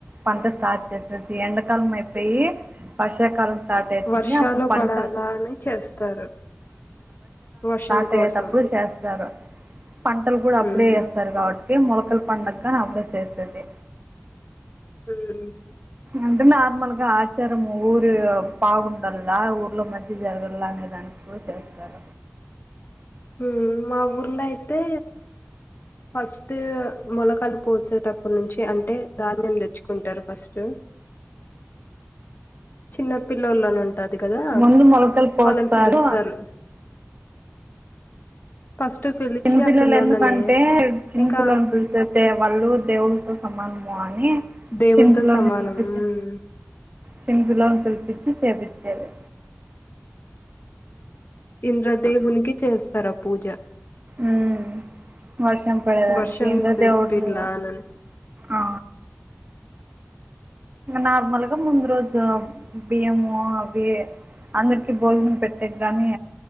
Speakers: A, on the right; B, on the left.
A: పంట స్టార్ట్ చేస్ ప్రతి ఎండకాలం అయిపోయి వర్షాకాలం స్టార్ట్ అవుతుంది
B: వర్షాలు
A: అప్పుడు పంటలు
B: పడాలని చేస్తారు వర్షం
A: తేటపుడు
B: కోసం
A: చేస్తారు పంటలు కూడా అప్పుడే
B: ఉమ్
A: ఏస్తారు కాబట్టి ఇదే మొలకల పండగా అందరూ చేసేది
B: మ్
A: అంటే నార్మల్ గా ఆచారం ఊరి బాగుండల్ల ఊర్లో మంచి జరగల్ల అనే దానికి కూడా చేస్తారు
B: మ్ మా ఊర్లో అయితే ఫస్ట్ మొలకలు పోసే టప్పునుంచి అంటే ధాన్యం తెచ్చుకుంటారు ఫస్ట్ చిన్నపిల్లోలని ఉంటాది కదా
A: ముందు మొలకలు పోస్తారు
B: వాళ్ళని పిలుస్తారు ఫస్ట్ పిలిచి
A: చిన్నపిల్లలు
B: ఆ పిల్లోలని
A: ఎందుకంటే చిన్న
B: ఇంకా
A: పిల్లోల్లు చూస్తుంటే వాళ్ళు దేవుళ్ళతో సమానం కానీ
B: దేవునితో
A: చిన్నపిల్లలను
B: సమానం
A: పిలిపించి
B: హ్మ్
A: చిన్నపిల్లలను పిలిపించి చేపి చేది
B: ఇంద్ర దేవుని కి చేస్తారా పూజ
A: మ్మ్. వర్షం పడదానికి
B: వర్షం
A: ఇంద్ర
B: తెప్పిలానని
A: దేవున్ను ఆ నార్మల్గా ముందు రోజు బియ్యము అవి అందరికి భోజనం పెట్టేగాని